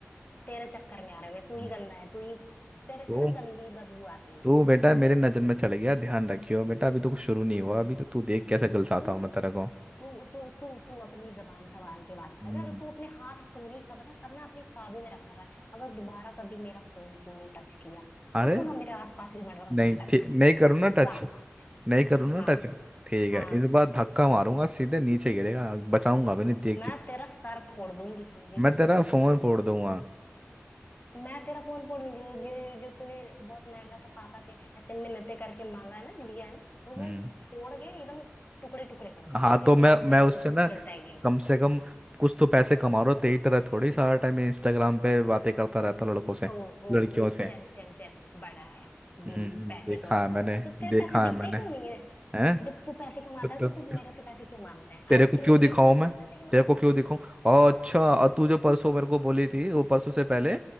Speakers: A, on the left (about 40°); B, on the right (about 25°).
A: तेरे चक्कर में आ रहे होंगे तू
B: हम्म।
A: ही गंदा है तू ही तेरे
B: तो
A: से ना गंदी बदबू आती
B: तू
A: है
B: बेटा मेरे नजर में चढ़ गया ध्यान रखियो बेटा अभी तो कुछ शुरू नहीं हुआ अभी तो तू देख कैसे गलसाता
A: तू
B: हूँ मैं तेरे को
A: तू तू तू तू अपनी जबान संभाल के बात
B: हम्म
A: कर कर, और तू अपने हाथ पूरी सब ना सब ना अपने काबू में रखा कर अगर दोबारा कभी मेरा फोन तूने टच किया
B: अरे
A: और तू ना मेरे आसपास भी मत
B: नहीं
A: भटकना
B: ठीक नहीं करूँ ना
A: तो
B: टच
A: आप-
B: नहीं करूँ ना
A: हाँ
B: टच ठीक
A: हाँ
B: है इस बार धक्का मारूंगा सीधे नीचे गिरेगा बचाऊंगा भी नहीं देख
A: मैं
B: के
A: तेरा सर फोड़ दूंगी समझेगी
B: मैं
A: नहीं
B: तेरा
A: तू
B: फोन फोड़ दूंगा
A: मैं तेरा फोन फोड़ूंगी वो जो जो जो तूने बहुत महंगा सा पापा से ऐसे मिन्नतें करके मांगा है ना लिया है ना वो
B: हम्म
A: मैं फोड़ के एकदम टुकड़े टुकड़े कर दूंगी
B: हाँ
A: फिर
B: तो मैं
A: देखती हूँ
B: मैं
A: कैसे
B: उससे
A: तू
B: ना
A: खेलता है गेम
B: कम से कम कुछ तो पैसे कमा रहा हूं, तेरी तरह थोड़ी सारा टाइम इंस्टाग्राम पे बातें करता रहता हूं लड़कों से
A: ओ ओ
B: लड़कियों
A: ओ
B: से
A: चल चल चल बड़ा आया म,
B: हम्म
A: पैसे
B: देखा
A: कमाता
B: है मैंने
A: हूँ तो तेरे
B: देखा
A: पैसे
B: है
A: दिखते
B: मैंने
A: क्यों नहीं है
B: हैं
A: जब तू पैसे कमाता
B: तो, तो,
A: है तो तू मेरे से पैसे क्यों मांगता है
B: तेरे
A: आइसक्रीम
B: को क्यों
A: के
B: दिखाऊं
A: लिए तू मेरे
B: मैं
A: से पैसे क्यों मांग
B: तेरे को
A: रहा
B: क्यों दिखाऊं और अच्छा और तू जो परसों मेरे को बोली थी वो परसों से पहले